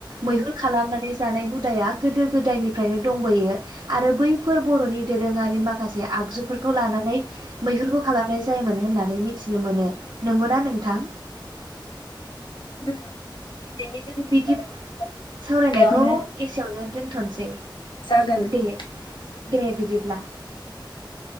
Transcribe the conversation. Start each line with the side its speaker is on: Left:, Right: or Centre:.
Right: मैहुर खालामनानै जानाय हुदाया गोदो गोदायनिफ्रायनो दं। बोयो आरो बैफोर बर'नि दोरोङारि माखासे आगजुफोरखौ लानानै मैहुरखौ खालामनाय जायोमोन होननानै मिथिनो मोनो। नंगौना नोंथां?
Left: अब्ला दिनैनि जोंनि
Right: बिदि
Left: सावरायनाय
Right: सावरायनायखौ
Left: बेयावनो
Right: एसेयावनो दोनथसै
Left: जागोन नोंथां
Right: दे दे बिदिब्ला।
Left: जागोन